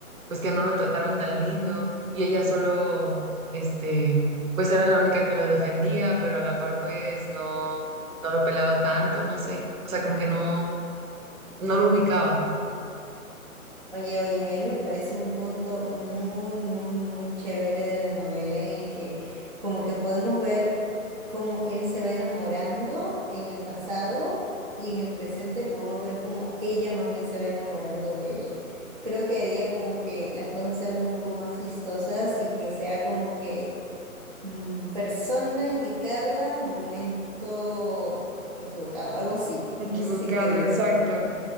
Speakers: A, on the right; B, on the right.
A: pues que no lo trataron tan lindo y ella solo, este, pues era la única que lo defendía, pero a la par pues no, no lo pelaba tanto, no sé. O sea, como que no, no lo ubicaba.
B: Oye, oye, ahí me parece un punto muy, muy, muy chévere de la novela en el que como que podemos ver cómo él se va enamorando en el pasado y en el presente podemos ver cómo ella más bien se va enamorando de él. Creo que haría como que las cosas sean un poco más chistosas y que sea como que mm, persona indicada, momento equivocado, algo así.
A: Equivocado,
B: No sé si entiendes.
A: exacto.